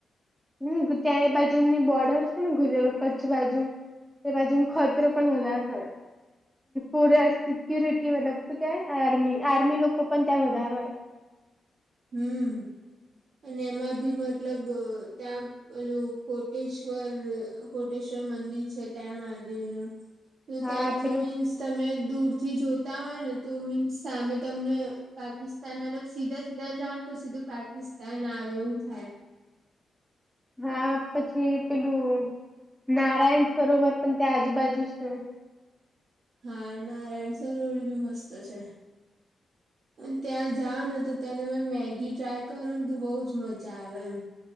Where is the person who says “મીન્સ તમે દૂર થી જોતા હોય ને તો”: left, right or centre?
Right